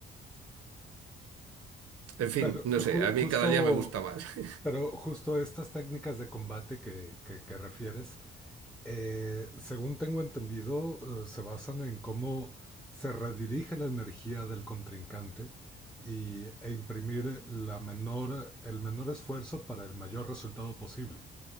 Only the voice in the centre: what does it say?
Pero
ju-
justo,
pero justo estas técnicas de combate que, que- que refieres, eh, según tengo entendido, eh, se basan en cómo se redirige la energía del contrincante y, e imprimir la menor, el menor esfuerzo para el mayor resultado posible.